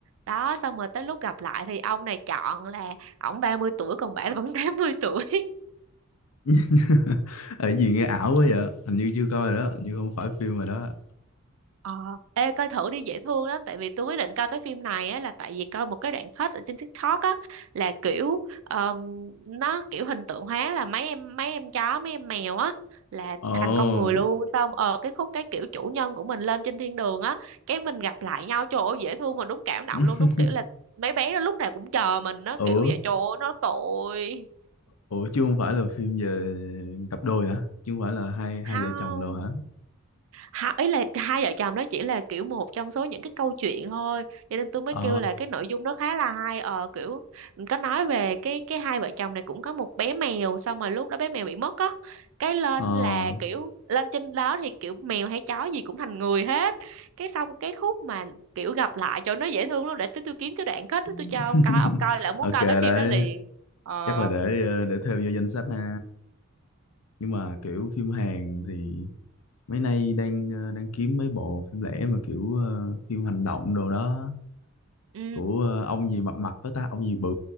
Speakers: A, on the right (about 65°); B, on the left (about 75°).
A: đó xong rồi tới lúc gặp lại thì ông này chọn là ổng ba mươi tuổi còn bà vẫn tám mươi tuổi
B: <laughs> ở gì nghe ảo quá vậy hình như chưa coi rồi đó hình như không phải phim rồi đó
A: Ờ, ê coi thử đi dễ thương lắm tại vì tôi quyết định coi cái phim này á là tại vì coi một cái đoạn cut ở trên TikTok á là kiểu ờm, nó kiểu hình tượng hóa là mấy em mấy em chó mấy em mèo á là
B: ồ
A: thành con người luôn xong ờ cái khúc cái kiểu chủ nhân của mình lên trên thiên đường á cái mình gặp lại nhau trời ơi dễ thương mà đúng cảm động
B: <laughs>
A: luôn đúng kiểu là mấy bé nó lúc nào cũng chờ mình nó
B: ủa
A: kiểu vậy trời ơi nó tội
B: ủa chứ không phải là phim về cặp đôi hả chứ không phải là hai
A: không
B: hai vợ chồng đâu hả
A: ha- ý là hai vợ chồng nó chỉ là kiểu một trong số những cái câu chuyện thôi cho nên tôi mới
B: ờ
A: kêu là cái nội dung nó khá là hay ờ kiểu có nói về cái cái hai vợ chồng này cũng có một bé mèo xong rồi lúc đó bé mèo bị mất á cái lên
B: ờ
A: là kiểu lên trên đó thì kiểu mèo hay chó gì cũng thành người hết cái xong cái khúc mà kiểu gặp lại cho nó dễ thương lắm để tôi, tôi kiếm cái đoạn kết đó tôi
B: <laughs>
A: cho ông coi ông coi là muốn
B: ok
A: coi
B: đấy
A: cái phim đó liền Ờ,
B: chắc là để ờ, để thêm vô danh sách ha nhưng mà kiểu phim Hàn thì mấy nay đang ờ, đang kiếm mấy bộ phim lẻ mà kiểu ờ, phim hành động đồ đó
A: ừ
B: của ờ, ông gì mập mập đó ta ông gì bự